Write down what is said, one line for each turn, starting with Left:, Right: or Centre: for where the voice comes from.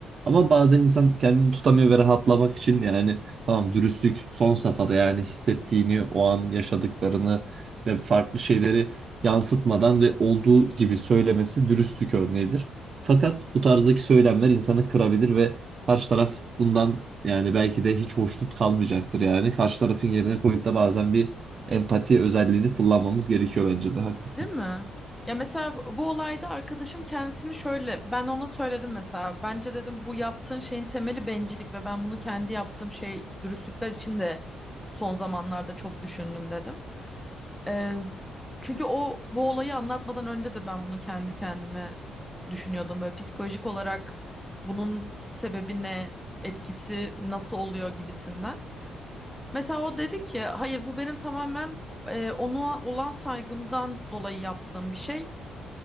Right: Ama bazen insan kendini tutamıyor ve rahatlamak için yani tamam dürüstlük son safhada yani hissettiğini, o an yaşadıklarını ve farklı şeyleri yansıtmadan ve olduğu gibi söylemesi dürüstlük örneğidir. Fakat bu tarzdaki söylemler insanı kırabilir ve karşı taraf bundan yani belki de hiç hoşnut kalmayacaktır yani. Karşı tarafın yerine koyup da bazen bir empati özelliğini kullanmamız gerekiyor bence de haklısın.
Centre: Değil mi? Ya mesela bu olayda arkadaşım kendisini şöyle ben ona söyledim mesela bence dedim bu yaptığın şeyin temeli bencillik ve ben bunu kendi yaptığım şey dürüstlükler için de son zamanlarda çok düşündüm dedim. Ee, çünkü o bu olayı anlatmadan önce de ben bunu kendi kendime düşünüyordum böyle psikolojik olarak bunun sebebi ne etkisi nasıl oluyor gibisinden. Mesela o dedi ki hayır bu benim tamamen e, ona olan saygımdan dolayı yaptığım bir şey.